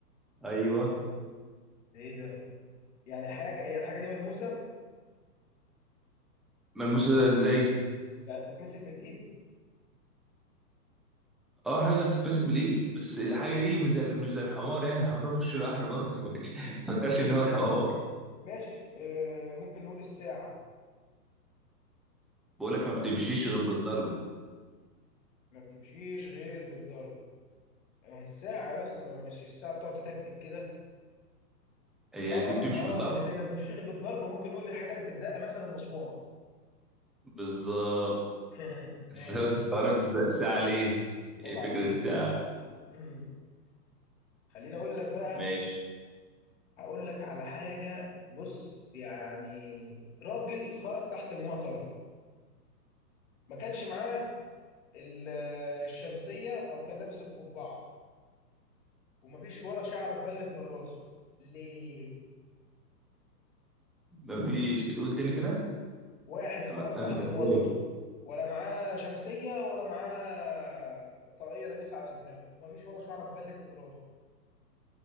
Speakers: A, in the centre; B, on the left.
A: أيوه
B: إيه ده؟ يعني حاجة هي الحاجة دي ملموسة؟
A: ملموسة ده ازاي
B: يعني بتتمسك بالإيد؟
A: اه حاجة بتتمسك بالإيد بس الحاجة دي مش زي مش زي الحمار يعني الحمار مش لوحده برضه <laughs> ما تفكرش إن هو الحمار
B: ماشي آه ممكن نقول الساعة
A: بقول لك ما بتمشيش غير بالضرب
B: ما بتمشيش غير بالضرب آه، الساعة يا اسطى ما مش الساعة بتقعد تتكتك كده
A: هي
B: اه
A: دي بتمشي
B: اه
A: بالضرب
B: اللي ما بيمشيش غير بالضرب ممكن يقول لي الحاجه اللي بتدق مثلا مسمار
A: بالظبط
B: <laughs>
A: <laughs> بس
B: ماشي
A: أنا استغربت الس- الساعة ليه؟
B: عيب
A: ايه فكرة
B: عليك
A: الساعة؟
B: مم. خليني اقول لك بقى
A: ماشي
B: هقول لك على حاجه بص يعني راجل خرج تحت المطر ما كانش معاه ال- الشمسيه او كان لابس القبعه ومفيش ولا شعره اتبلت من راسه ليه
A: مفيش تقول تاني كده؟
B: واحد
A: ما
B: خرج
A: ما
B: تحت
A: فهمتهاش
B: المطر ولا معاه شمسيه ولا معاه طاقيه لابسها على دماغه ومفيش ولا شعره اتبلت من راسه